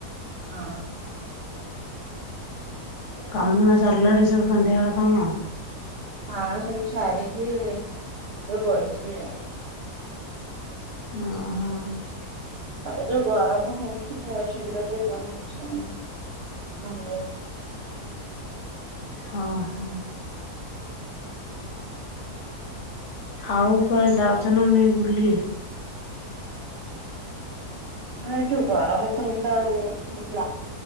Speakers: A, on the right; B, on the left.
A: ହଁ।
B: କାମ ନୁ ସରିଲାଣି ସବୁ ସନ୍ଧ୍ୟାବେଳେ କାମ?
A: ହଁ ସବୁ ସାରିଛି ଏ ବାଇଛି ଆଉ।
B: ଓ ହୋ।
A: ଆଉ ଜଉ ଗରମ ହଉଛି ଶୀଘ୍ର ଟିକେ କାମ ନ ସରିଲେ
B: ହଁ ହ। ଆଉ କଣ ଯାଉଛ ନା ନାଇଁ ବୁଲି?
A: ଏ ଯ ଗରମ ତଉ୍ ହେଇ ଖର